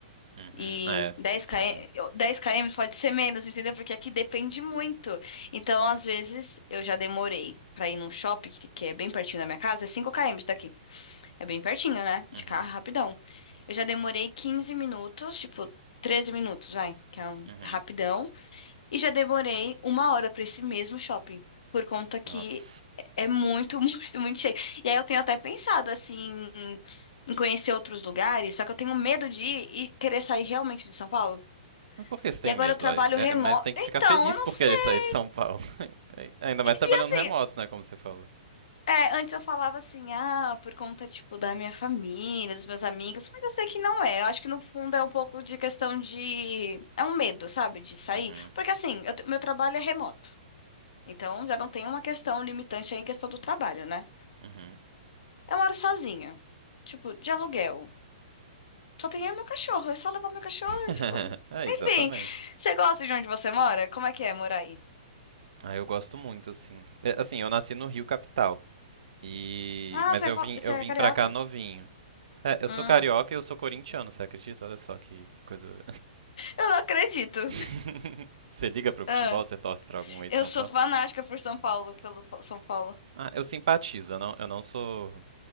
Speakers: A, on the right (about 55°); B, on the left (about 55°).
A: uhum.
B: E
A: É,
B: dez
A: entendi.
B: km, dez km pode ser menos, entendeu? Porque aqui depende muito. Então, às vezes, eu já demorei pra ir num shopping que que é bem pertinho da minha casa, é 5 km daqui. É bem pertinho, né? De
A: Uhum,
B: carro, rapidão. Eu já demorei 15 minutos, tipo, 13 minutos, vai, que é um
A: uhum.
B: rapidão. E já demorei uma hora pra esse mesmo shopping. Por conta que
A: Nossa.
B: é muito, <laughs> muito, muito cheio. E aí eu tenho até pensado, assim, em conhecer outros lugares, só que eu tenho medo de ir e querer sair realmente de São Paulo.
A: Mas por que você tem
B: E agora
A: medo?
B: eu trabalho
A: Ai? É,
B: remoto.
A: é, mas tem que
B: Então,
A: ficar feliz
B: eu não
A: por
B: sei.
A: querer sair de São Paulo. <laughs> Ainda mais trabalhando
B: E assim,
A: remoto, né, como você falou.
B: é, antes eu falava assim, ah, por conta, tipo, da minha família, dos meus amigos, mas eu sei que não é. Eu acho que no fundo é um pouco de questão de. É um medo, sabe? De sair.
A: Uhum,
B: Porque assim, eu te- meu trabalho é remoto. Então já não tem uma questão limitante aí em questão do trabalho, né?
A: uhum.
B: Eu moro sozinha. Tipo, de aluguel. Só tenho eu e meu cachorro. Eu só levo meu cachorro,
A: <laughs>
B: e, tipo.
A: É,
B: Enfim.
A: exatamente.
B: Você gosta de onde você mora? Como é que é morar aí?
A: Ah, eu gosto muito, assim. É, assim, eu nasci no Rio Capital. E
B: Ah,
A: mas
B: você é
A: eu
B: fo-
A: vim,
B: você
A: eu
B: é
A: vim
B: carioca?
A: pra cá novinho. É, eu
B: Hum.
A: sou carioca e eu sou corintiano, você acredita? Olha só que, que coisa.
B: Eu não acredito.
A: <laughs> Você liga pro futebol,
B: Ah,
A: você torce pra algum aí
B: eu
A: de São
B: sou
A: Paulo?
B: fanática por São Paulo, pelo São Paulo.
A: Ah, eu simpatizo, eu não, eu não sou.